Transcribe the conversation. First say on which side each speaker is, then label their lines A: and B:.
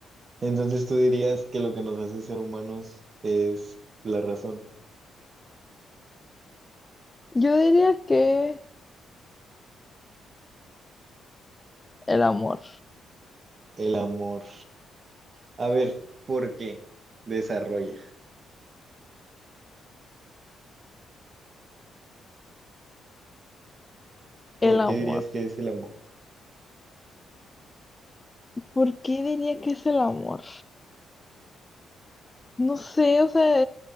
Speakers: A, on the right (about 40°); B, on the left (about 20°).
A: Entonces tú dirías que lo que nos hace ser humanos es la razón,
B: Yo diría que el amor,
A: el amor. A ver, ¿por qué? Desarrolla.
B: el
A: ¿Por
B: amor.
A: qué dirías que es el amor?
B: ¿Por qué diría que es el amor? No sé, o sea,